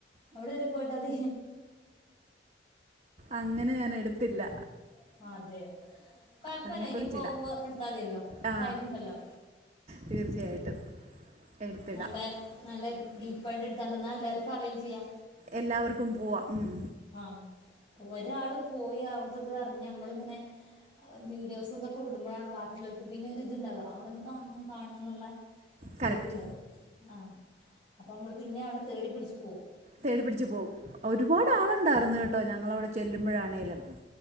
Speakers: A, on the left; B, on the right.
A: അവടെ വരെ പോയിട്ടത്
B: അങ്ങനെ ഞാനെട്ത്തില്ല
A: <inaudible> അതെയോ കൊഴപ്പല്ല
B: അതിനെക്കുറിച്ചിടാം
A: ഇനിം പോകുമ്പോ ഇട്ത്താതിയല്ലോ
B: ആ
A: ടൈമ്ണ്ടല്ലോ
B: തീർച്ചയായിട്ടും എട്ത്തിട
A: നല്ല നല്ല ഡീപ്പായിട്ട് എടുത്തോണ്ടെന്നാ എല്ലാർക്കറേഞ്ചെയ്യാ
B: എല്ലാവർക്കും പോവാം ഉം
A: ആ ഒരാള് പോയി അവ്ട്ത്തതർഞ് നമ്മളിങ്ങനെ വീഡിയോസും തൊക്കെ വിടുമ്പളാണ് ബാക്കിള്ളോര്ക്ക് പിന്നൊര്ത്ണ്ടാവ അവടൊന്ന് കാണ്ണം കാണ്ണം ന്ന്ള്ളെ
B: കറക്റ്റ്
A: ഒരിത്ണ്ടാവ ആ അപ്പൊ മ്മള് പിന്നെ അവടെ തേടി പിടിച്ച് പോം
B: തേടി പിടിച്ച് പോം ഒരുപാട് ആള്ണ്ടാർന്ന് കേട്ടോ ഞങ്ങളവടെ ചെല്ലുമ്പഴാണേലും